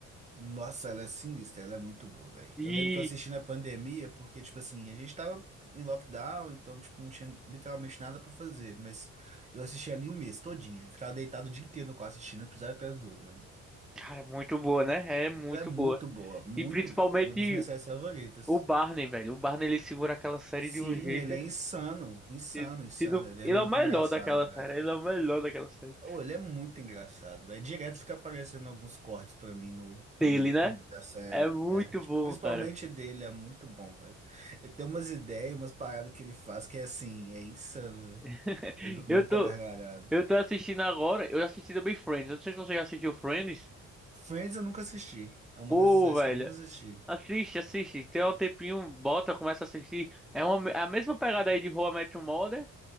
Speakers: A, on the right (about 25°); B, in the centre.
A: Nossa, ela é sinistra, ela é muito boa, velho.
B: e
A: Eu lembro que eu assisti na pandemia, porque, tipo assim, a gente tava em lockdown, então, tipo, não tinha literalmente nada pra fazer. Mas eu assisti ali um mês todinha. Eu Ficava deitado o dia inteiro no quarto assistindo um episódio atrás do outro, velho.
B: Cara, muito boa, né? É muito
A: Ela é muito
B: boa.
A: boa, muito
B: E principalmente
A: boa. É uma das minhas séries favoritas.
B: o Barney, velho. O Barney ele segura aquela série
A: Sim,
B: de um jeito.
A: ele é insano, insano,
B: Se,
A: insano.
B: se não-
A: Ele
B: Ele
A: é muito
B: é o melhor
A: engraçado,
B: daquela série. Ele é o melhor daquela série.
A: Oh, ele é muito engraçado, velho. Direto fica aparecendo alguns cortes pra mim no, no
B: Dele,
A: YouTube
B: né?
A: da série.
B: É muito
A: É, tipo,
B: bom,
A: principalmente
B: cara.
A: dele, é muito bom, velho. Ele Tem umas ideias, umas paradas que ele faz que é assim, é insano, velho.
B: <laughs>
A: Eu dou muita
B: Eu tô,
A: gargalhada.
B: eu tô assistindo agora. Eu assisti também Friends. Eu não sei se você já assistiu Friends.
A: Friends eu nunca assisti. É uma
B: Pô,
A: dessas séries
B: velho.
A: que eu nunca assisti.
B: Assiste, assiste. Tem um tempinho, bota, começa a assistir. É, uma, é a mesma pegada aí de How I Met Your Mother.